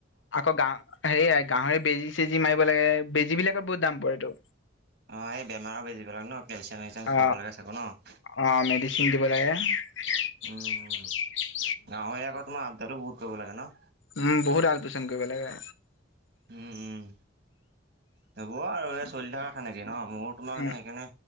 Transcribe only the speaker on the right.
অ এই বেমাৰ বেজি বিলাক ন কেলচিয়াম চেলচিয়াম
খুৱাব লাগে চাগৈ ন
উম গাহৰি আকৌ তোমাৰ আব্দা টো বহুত কৰিব লাগে ন
উম উম হব আৰু এই চলি থকা সেনেকে ন মোৰ তোমাৰ
মানে সেইকাৰণে